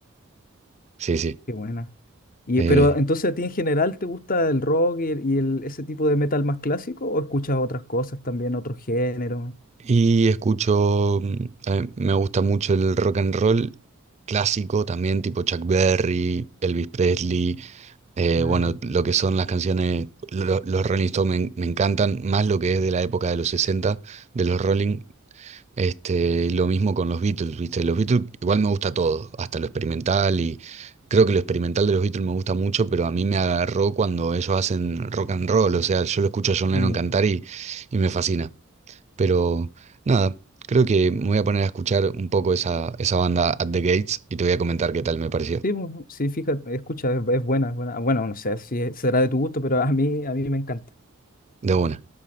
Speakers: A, on the right; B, on the left.
A: sí, sí.
B: Qué buena. Y,
A: Eh,
B: pero entonces a ti en general te gusta el rock y, el, y el- ese tipo de metal más clásico o escuchas otras cosas también, otros géneros?
A: y escucho, mm, a mí me gusta mucho el rock and roll clásico también, tipo Chuck Berry, Elvis Presley, eh,
B: Ah,
A: bueno,
B: ya.
A: lo que son las canciones, lo- los Rolling Stones me, me encantan, más lo que es de la época de los 60 de los Rolling, este, y lo mismo con los Beatles, ¿viste? Los Beatles igual me gusta todo, hasta lo experimental y creo que lo experimental de los Beatles me gusta mucho, pero a mí me agarró cuando ellos hacen rock and roll, o sea, yo lo escucho a John Lennon
B: Mm.
A: cantar y, y me fascina. Pero nada, creo que me voy a poner a escuchar un poco esa, esa banda At the Gates y te voy a comentar qué tal me pareció.
B: Sí, po, sí, fíjate, escucha, es, es buena, es buena. Bueno, no sé si es- será de tu gusto, pero a mí, a mí me encanta.
A: De una.